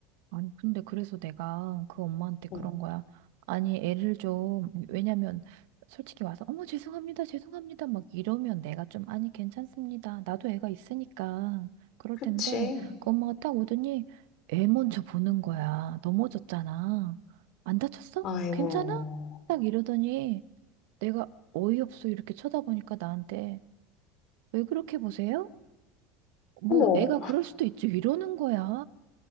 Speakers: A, on the right (about 75°); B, on the left (about 45°).
A: 아니, 근데 그래서 내가 그 엄마한테 그런
B: 응.
A: 거야. 아니, 애를 좀, 왜냐면, 솔직히 와서, 어머, 죄송합니다, 죄송합니다, 막 이러면 내가 좀, 아니, 괜찮습니다. 나도 애가 있으니까. 그럴
B: 그치.
A: 텐데, 그 엄마가 딱 오더니, 애 먼저 보는 거야. 넘어졌잖아. 안 다쳤어?
B: 아이고.
A: 괜찮아? 딱 이러더니, 내가 어이없어, 이렇게 쳐다보니까 나한테, 왜 그렇게 보세요? 뭐,
B: 어머.
A: 애가 그럴 수도 있지, 이러는 거야.